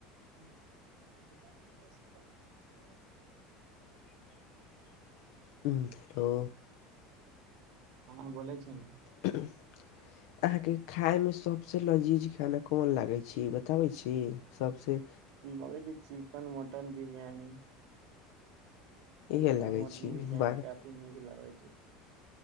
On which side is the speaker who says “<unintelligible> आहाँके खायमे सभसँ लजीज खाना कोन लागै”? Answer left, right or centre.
Left